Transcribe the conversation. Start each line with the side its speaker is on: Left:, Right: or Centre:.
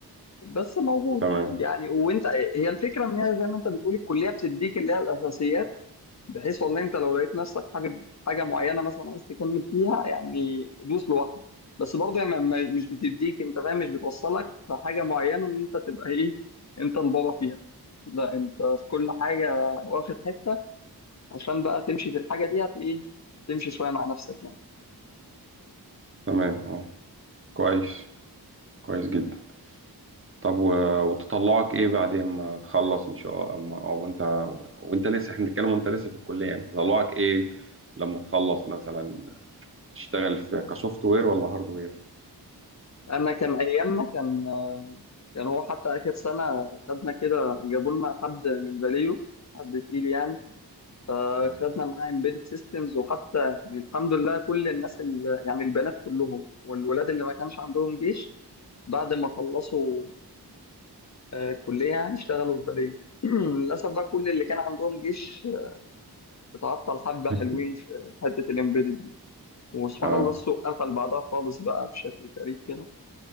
Left: بس موجود
Right: تمام
Left: يعني وانت هي الفكره ان هي زي ما انت بتقول الكليه بتديك اللي هي الاساسيات بحيث والله انت لو لقيت نفسك حابب حاجه معينه مثلا عايز تكمل فيها يعني دوس لوحدك بس برضه يعني ما- ما- مش بتديك انت فاهم مش بتوصلك لحاجه معينه ان انت تبقى ايه انت البابا فيها لا انت في كل حاجه واخد حته عشان بقى تمشي في الحاجه دي هت ايه تمشي شويه مع نفسك يعني
Right: تمام اه كويس كويس جدا طب و... وتطلعك ايه بعدين ما تخلص ان شاء الله او, ما... أو انت وانت لسه احنا بنتكلم وانت لسه في الكليه يعني تطلعك ايه لما تخلص مثلا تشتغل في كسوفت وير ولا هارد وير
Left: انا كان ايامنا كان كان هو حتى اخر سنه خدنا كده جابوا لنا حد من فاليو حد تقيل يعني فخدنا
Right: اه
Left: معاه embedded systems وحتى يعني الحمد لله كل الناس اللي يعني البنات كلهم والولاد اللي ما كانش عندهم جيش بعد ما خلصوا آه، كلية يعني اشتغلوا في بلدية <clears throat> للأسف بقى كل اللي كان عندهم جيش اتعطل حبة
Right: <laughs>
Left: حلوين في حتة الامبيدد دي وسبحان
Right: اه
Left: الله السوق قفل بعدها خالص بقى بشكل غريب كده